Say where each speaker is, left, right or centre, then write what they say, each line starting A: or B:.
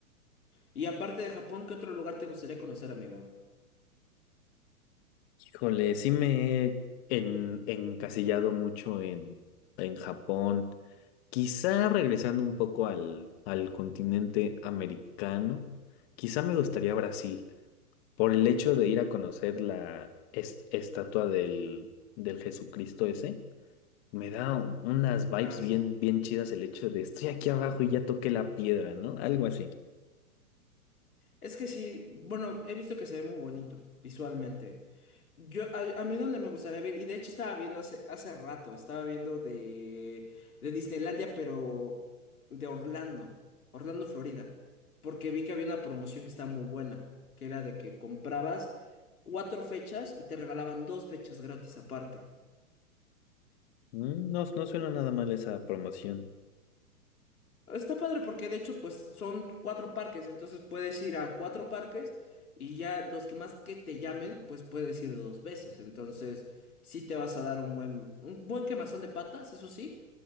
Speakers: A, on the left; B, on the left.
A: Y aparte de Japón, ¿qué otro lugar te gustaría conocer, amigo?
B: Híjole, sí me he en- encasillado mucho en, en Japón, quizá regresando un poco al, al continente americano, quizá me gustaría Brasil. por el hecho de ir a conocer la es- estatua del, del Jesucristo ese, me da u- unas vibes
A: Ah,
B: bien,
A: sí.
B: bien chidas el hecho de estoy aquí abajo y ya toqué la piedra, ¿no? Algo así.
A: Es que sí, bueno, he visto que se ve muy bonito visualmente. Yo, a, a mí donde me gustaría ver, y de hecho estaba viendo hace, hace rato, estaba viendo de, de Disneylandia, pero de Orlando, Orlando, Florida, porque vi que había una promoción que estaba muy buena, que era de que comprabas cuatro fechas y te regalaban dos fechas gratis aparte.
B: Mm, No, no suena nada mal esa promoción.
A: Está padre porque de hecho pues son cuatro parques, entonces puedes ir a cuatro parques y ya los que más que te llamen pues puedes ir dos veces, entonces sí te vas a dar un buen, un buen quemazón de patas, eso sí,